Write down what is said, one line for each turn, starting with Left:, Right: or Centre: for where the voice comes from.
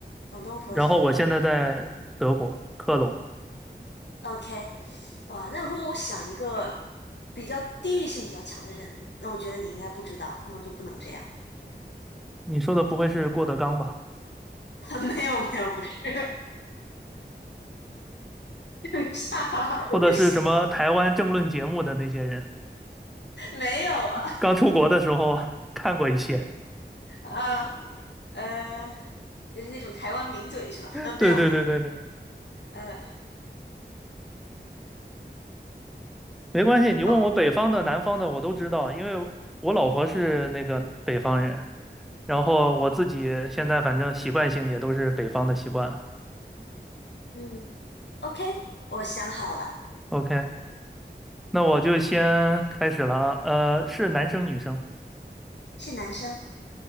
Left: 广东佛山。
Centre: 然后我现在在德国科隆。
Left: OK，哇，那如果我想一个比较地域性比较强的人，那我觉得你应该不知道，那我就不能这样。
Centre: 你说的不会是郭德纲吧？
Left: <laughs> 没有没有，不是。<laughs> 等一下，
Centre: 或者是什么台湾政论节目的那些人？
Left: 为什么没有啊？
Centre: 刚出国的时候 <laughs> 看过一些。
Left: 啊呃，就是那种台湾名嘴是吧？
Centre: <laughs>
Left: 呃，
Centre: 对对对对对。
Left: 没有没有，呃。
Centre: 没关系，你问我北方的、
Left: 哦
Centre: 南方的，我都知道，因为我老婆是那个北方人，然后我自己现在反正习惯性也都是北方的习惯了。
Left: 嗯。OK，我想好了，
Centre: OK，那我就先开始了啊。呃，是男生女生？
Left: 是男生。